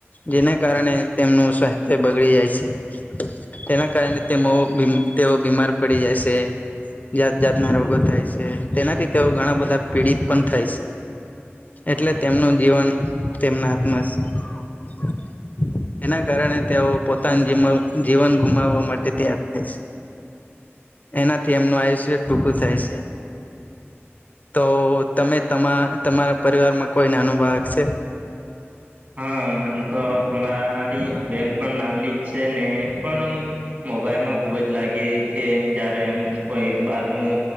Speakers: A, on the left; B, on the right.
A: જેના કારણે તેમનું સ્વાસ્થ્ય બગડી જાય છે. તેના કારણે તેમાં તેઓ બીમાર પડી જાય છે. જાત જાતના રોગો થાય છે, તેનાથી તેઓ ઘણા બધા પીડિત પણ થાય છે. એટલે તેમનું જીવન તેમના હાથમાં એના કારણે તેઓ પોતાની જ જીવન ગુમાવવા માટે તૈયાર થાય છે. એનાથી એમનું આયુષ્ય ટૂંકું થાય છે. તો તમે તમા તમારા પરિવારમાં કોઈ નાનું બાળક છે.
B: હા એમ તો અમારી બેન પણ નાની જ છે ને પણ આમ મોબાઈલ માં ખુબ જ લાગી રહી છે જયારે એમ કોઈ બારનૂ